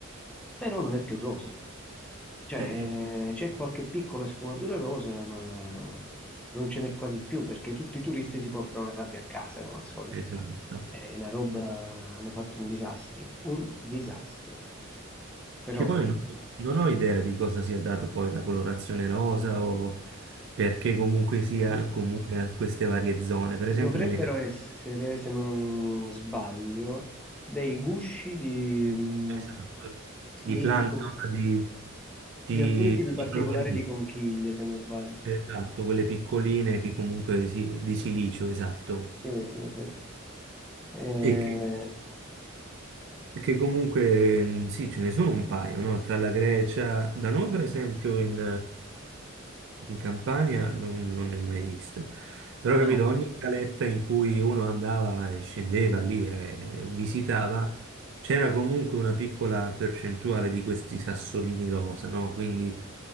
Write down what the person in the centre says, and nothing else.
però non è più rosa, cioè
eh, c'è qualche piccola sfumatura rosa ma non ce n'è quasi più perché tutti i turisti si portano la sabbia a casa come al solito.
È una roba, hanno fatto un disastro, un disastro. Però
do-
dovrebbero
essere, se non sbaglio, dei gusci di, mh,
di,
di con-
di alcuni tipi particolari
di conchiglie, se non sbaglio.
Sì, sì, sì. Eh,
no.